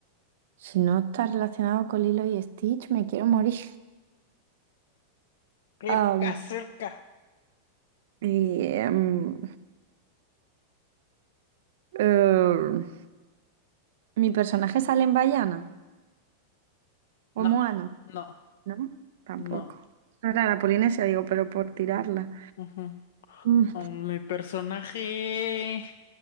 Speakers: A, on the right; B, on the left.
A: si no está relacionado con Lilo y Stitch, me quiero morir.
B: Cerca,
A: <laughs>
B: cerca.
A: Y, em, eh, mi personaje sale en Bayana o
B: No,
A: en Moana,
B: no,
A: ¿no? Tampoco.
B: no.
A: No era la Polinesia, digo, pero por tirarla.
B: Ujú.
A: Mm,
B: Oh, mi personaje.